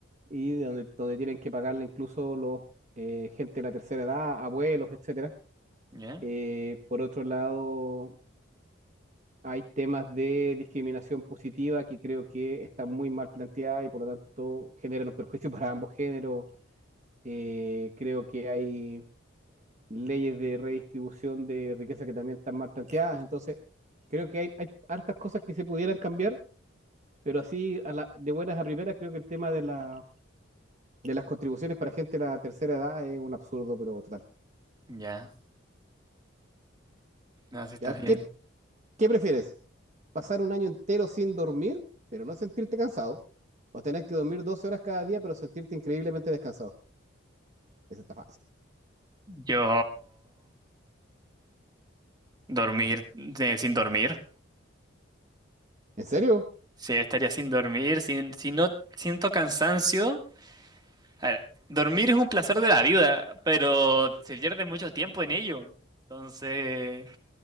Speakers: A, on the right; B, on the right.
A: y de donde, donde tienen que pagarle incluso los eh, gente de la tercera edad, abuelos, etcétera.
B: ¿Ya?
A: Eh, por otro lado, hay temas de discriminación positiva que creo que están muy mal planteadas y por lo tanto generan un perjuicio <laughs> para ambos géneros. Eh, creo que hay leyes de redistribución de riqueza que también están mal planteadas. Entonces, creo que hay, hay hartas cosas que se pudieran cambiar, pero así a la- de buenas a primeras creo que el tema de, la, de las contribuciones para gente de la tercera edad es un absurdo, pero total.
B: Ya. No, sí está
A: A ver,
B: bien.
A: ¿qué, qué prefieres? pasar un año entero sin dormir, pero no sentirte cansado, o tener que dormir 12 horas cada día, pero sentirte increíblemente descansado. Eso está fácil.
B: Yo dormir eh, sin dormir.
A: ¿En serio?
B: Sí, estaría sin dormir, sin, si no siento cansancio. A ver, dormir es un placer de la vida, pero se pierde mucho tiempo en ello. Entonces,